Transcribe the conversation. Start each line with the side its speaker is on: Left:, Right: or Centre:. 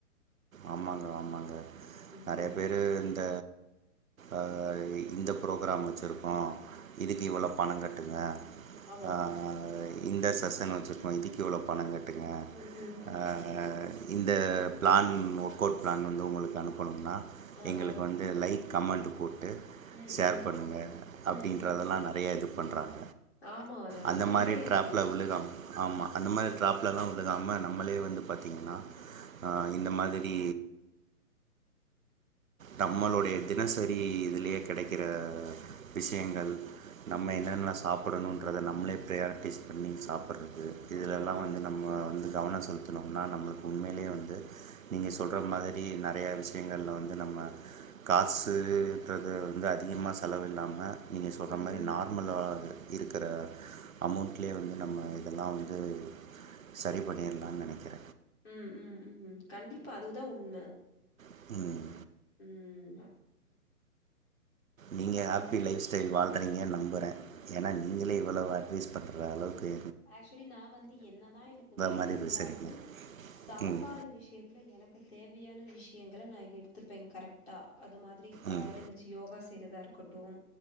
Right: ஆமாங்க ஆமாங்க
Left: ம்
Right: நறைய பேரு இந்த அ இந்த ஃப்ரோக்ராம் வச்சிருக்கோம் இதுக்கு இவ்ளோ பணம் கட்டுங்க
Left: ஆமா
Right: அ இந்த செஸன் வச்சிருக்கோ இதுக்கு எவ்ளோ பணம் கட்டுங்க
Left: ம் ம்
Right: ஆ, இந்த பிளான் ஒர்க் அவுட் பிளான் வந்து உங்களுக்கு அனுப்பணும்னா
Left: ஆ
Right: எங்களுக்கு
Left: ஆ
Right: வந்து லைக் கமெண்ட் போட்டு
Left: ம்
Right: ஷேர்
Left: ம்
Right: பண்ணுங்க அப்படின்றதெல்லாம்
Left: ம் ம்
Right: நறைய இது பண்றாங்க
Left: ஆமா நா அதெல்லாம்
Right: அந்த மாரி
Left: நெறைய இருக்கு
Right: டிராப்புல் விழுகாம ஆமா அந்த மாரி ட்ராப்லலாம் விழுகாம நம்மளே வந்து பாத்திங்கன்னா இந்த மாதிரி நம்மளுடைய தினசரி இதுலேயே கெடைக்கிற விஷயங்கள் நம்ம
Left: ம்
Right: என்னென்ன சாப்பிடணுன்றதை நம்மளே ப்ரயாரிட்டிஸ் பண்ணி சாப்பிட்றது இதுலெல்லாம்
Left: ம் ம்
Right: வந்து நம்ம வந்து கவனனமா செலுத்தனோம்னா நம்ளுக்கு உண்மையிலயே வந்து நீங்க சொல்ற மாதிரி நறைய விஷயங்கல்ல வந்து நம்ம காசுன்றது வந்து அதிகமா செலவு இல்லாம நீங்க சொல்ற
Left: ம்
Right: மாரி
Left: ம்
Right: நார்மலா இருக்கற அமௌண்ட்லயே வந்து நம்ம இதல்லாம் வந்து சரி பண்ணிரலான் நனைக்கிற
Left: ம் ம் ம் கண்டிப்பா அதுதான் உண்ம
Right: ம்
Left: ம்
Right: நீங்க
Left: அப்புறம்
Right: ஹப்பி லைஃப் ஸ்டைல் வாழ்றீங்கன்னு நம்புறன் ஏன்னா நீங்களே இவ்வளோ அட்வைஸ் பண்ணுறளவுக்கு
Left: ஆக்சுவலி நா வந்து என்னதான் எனக்கு வேலை
Right: மாதிரி
Left: இருந்தாலும்
Right: பேசுகிறீங்க
Left: சாப்பாடு
Right: ம்
Left: விஷயத்துல எனக்கு தேவையான விஷயங்கள நான் எடுத்துப்பன் கரெக்டா அது மாதிரி காலையில
Right: ம்
Left: எழுந்துச்சு யோகா செய்றதா இருக்கட்டும்